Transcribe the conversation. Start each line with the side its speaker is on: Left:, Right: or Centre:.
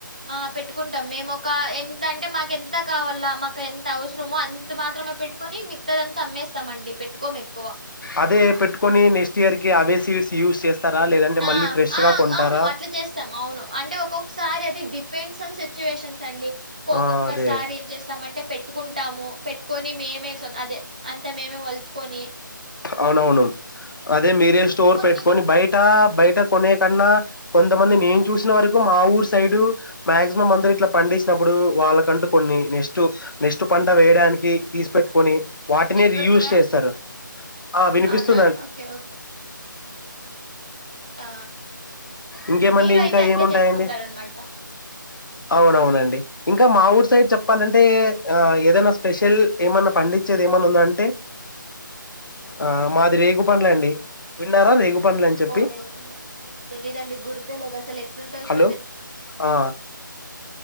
Right: ఆ పెట్టుకుంటాం మేము ఒక ఎంత అంటే మాకు ఎంత కావాల మాకు ఎంత అవసరమో అంత మాత్రం పెట్టుకొని మిగతా అంతా అమ్మేస్తమాండి పెట్టుకోము ఎక్కువ
Left: అదే పెట్టుకొని నెక్స్ట్ ఇయర్ కి అవే సీడ్స్ యూజ్ చేస్తారా లేదంటే
Right: ఆ!
Left: మళ్ళీ ఫ్రెష్
Right: ఆ
Left: గా కొంటారా
Right: అవును అట్లా చేస్తాం అవును అంటే ఒక్కొక్కసారి అది డిపెండ్స్ ఆన్ సిచ్యువేషన్స్ అండి ఒక్కక్కొక్కసారి
Left: ఆ అదే
Right: ఏం చేస్తామ అంటే పెట్టుకుంటాము పెట్టుకొని మేమేం అదే అంతా మేమే వలుచుకోని
Left: అవునవును అదే మీరే స్టోర్
Right: కొన్ని
Left: పెట్టుకొని బయట బయట కొనే కన్నా కొంతమంది నేను చూసిన వరకు మా ఊరు సైడు మాగ్జిమం అందరు ఇట్లా పండిచ్చినబ్బుడు వాళ్ళకంటూ కొన్ని నెస్ట్ నెస్ట్ పంట వేయడానికి తీసి పెట్టుకొని వాటినే
Right: నెట్వర్క్
Left: రీ యుస్
Right: రా
Left: చేస్తారు ఆ వినిపిస్తుంద
Right: అవునా? ఓకే. ఓకే. ఆ
Left: ఇంకేమండి
Right: మీరు
Left: ఇంకా
Right: అయితే అట్లే
Left: ఏముంటాయండి
Right: చేసుకుంటారనమాట.
Left: అవునవునండి ఇంకా మా ఊరు సైడ్ చెప్పాలంటే ఆ ఏదనా స్పెషల్ ఏమన్నా ప అండిచ్చేది ఎమన్నా ఉందా అంటే ఆ మాది రేగు పండ్లు అండి విన్నారా రేగు పండ్లు అని చెప్పి
Right: ఓ రేగిపండ్లు అయ్యో తెలీదండి గుర్తేలేదు అసలు ఎట్లుంటాయో
Left: హలో
Right: కూడా తె
Left: ఆ